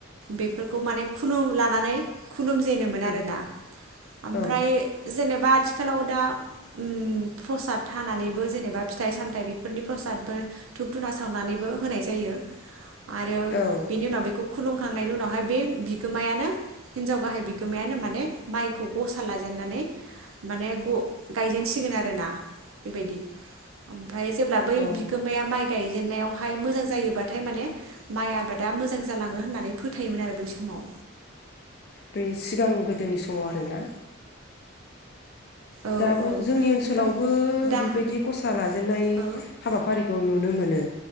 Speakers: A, on the right; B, on the left.
A: बेफोरखौ माने खुलु लानानै खुलुम जेनोमोन
B: उम
A: आरोना ओमफ्राय
B: औ
A: जेनेब बा आथिखालाव दा उम प्रसाद हानानैबो जेनेबा फिथाइ सामथाय नि प्रसाद बो धुना सावनानैबो होनाय जायो आरो
B: औ
A: बिनि उनाव बेखौ खुलुमखांनायनि उनावहाय बे बिगोमायानो हिनजाव गाहाय बिगोमायानो माने माइखौ गसा लाजेननानै माने ग-गायजेनसिगोन आरोना बेबायदि ओमफ्राय जेब्ला बै
B: अ
A: बिगोमाया माइ गायजेनायावहाय मोजां जायोबाथाय माने माइ आबादा मोजां जालाङो होननानै फोथायोमोन आरो बै समाव
B: बे सिगां गोदोनि सम माव आरोना
A: औ
B: दाबो
A: औ
B: जोंनि ओनसोलावबो
A: ओमफ्राय दा
B: बेबायदि गसा लाजेननाय
A: औ
B: हाबाफारिखौ नु नुनो मोनो